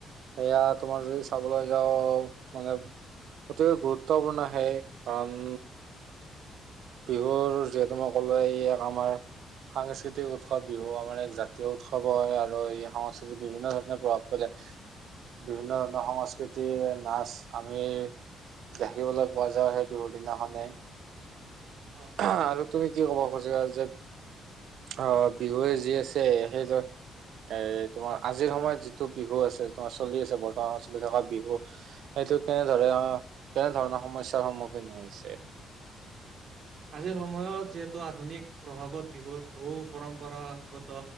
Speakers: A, on the right; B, on the right.
A: এয়া তোমাৰ যদি চাবলৈ যাওঁ মানে অতিকৈ গুৰুত্বপূৰ্ণ সেই কাৰণ বিহুৰ যিহেতু মই ক'লোয়ে ই এক আমাৰ সাংস্কৃতিক উৎসৱ বিহু আমাৰ এক জাতীয় উৎসৱো হয় আৰু এই সংস্কৃতিক বিভিন্ন ধৰণে প্ৰভাৱ পেলায়। বিভিন্ন ধৰণৰ সংস্কৃতিৰ নাচ আমি দেখিবলৈ পোৱা যাই সেই বিহুৰ দিনাখনে।
B: অ
A: আৰু তুমি কি ক'ব খুজিৱা যে অ', বিহুৱে যি আছে সেইজন এ তোমাৰ আজিৰ সময়ত যিটো বিহু আছে, তোমাৰ চলি আছে বৰ্তমানত চলি থকা বিহু সেই এইটো কেনেধৰে অ', কেনেধৰণৰ সমস্যাৰ সন্মুখীন হৈছে।
B: <inaudible> আজিৰ সময়ত যিহেতু আধুনিক প্ৰভাৱত বিহুত বহু পৰম্পৰাগত